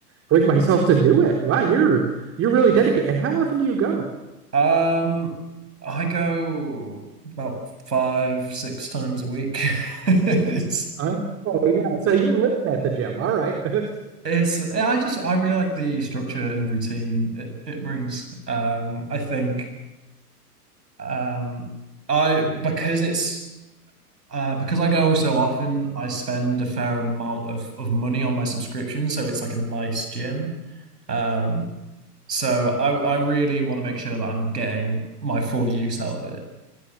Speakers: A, on the right; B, on the right.
A: bring myself to do it. Wow, you're you're really dedicated. And how often do you go?
B: Um, I go about five, six times a week. <laughs> It's,
A: Uh, oh yeah, so you're living at the gym. All right. <laughs>
B: it's, I just, I really like the structure and routine it, it brings. Um, I think, um, I, because it's, uh, because I go so often, I spend a fair amount of, of money on my subscription. So it's like a nice gym. Um, So I I really want to make sure that I'm getting my full use out of it.